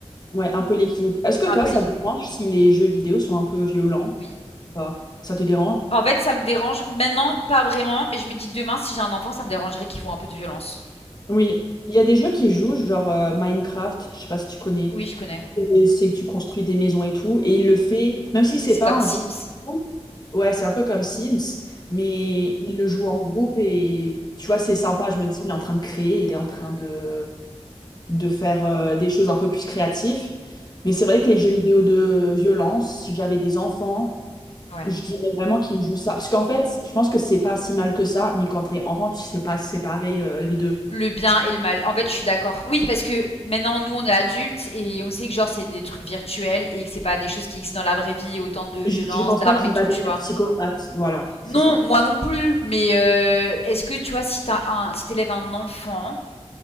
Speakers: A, on the left (about 40°); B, on the left (about 70°).
A: Ouais, un peu l'équilibre. Est-ce que toi,
B: un peu
A: ça
B: l'équilibre.
A: te dérange si les jeux vidéo sont un peu violents
B: Oui.
A: ou pas? Ça te dérange?
B: En fait, ça me dérange maintenant, pas vraiment, mais je me dis demain, si j'ai un enfant, ça me dérangerait qu'il voit un peu de violence.
A: Oui, il y a des jeux qui jouent, genre euh, Minecraft, je sais pas si tu connais,
B: Oui, je connais.
A: et c'est que tu construis des maisons et tout, et il le fait, même si c'est
B: C'est
A: pas
B: comme
A: un
B: Sims.
A: jeu de groupe, ouais, c'est un peu comme Sims, mais il le joue en groupe et tu vois, c'est sympa, je me dis, il est en train de créer, il est en train de, de faire euh, des choses un peu plus créatives, mais c'est vrai que les jeux vidéo de violence, si j'avais des enfants,
B: Ouais.
A: je dirais vraiment qu'ils jouent ça, parce qu'en fait, je pense que c'est pas si mal que ça, mais quand t'es enfant, tu sais pas séparer euh, les deux.
B: Le bien et le mal. En fait, je suis d'accord. Oui, parce que maintenant, nous, on est adultes et on sait que genre c'est des trucs virtuels et que c'est pas des choses qui existent dans la vraie vie, autant de violence,
A: Je ne pense
B: d'armes
A: pas qu'il
B: et tout,
A: va devenir
B: tu vois.
A: psychopathe. Voilà, c'est
B: Non,
A: ça.
B: moi non plus. Mais euh, est-ce que tu vois, si t'as un, si t'élèves un enfant